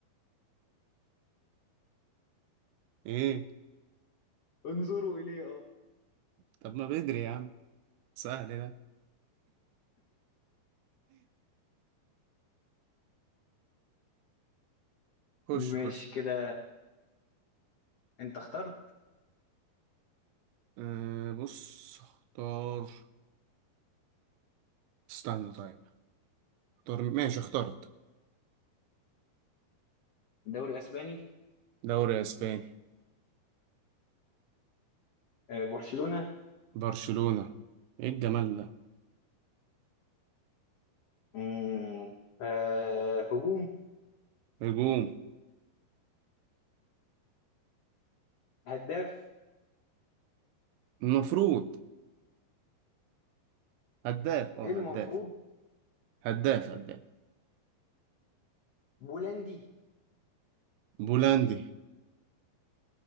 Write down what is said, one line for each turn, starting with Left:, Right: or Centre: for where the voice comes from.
Right: ايه
Left: انظروا اليه اه
Right: طب ما بدري يا عم سهل ده خش
Left: ماشي
Right: خش
Left: كده انت اخترت
Right: أه بص اختار استنى طيب اختار ماشي اخترت
Left: دوري اسباني
Right: دوري اسباني
Left: آه، برشلونة
Right: برشلونة ايه الجمال ده
Left: مم، آه، هجوم
Right: هجوم
Left: هداف
Right: المفروض هداف اه
Left: ايه المفروض
Right: هداف هداف هداف
Left: بولندي
Right: بولندي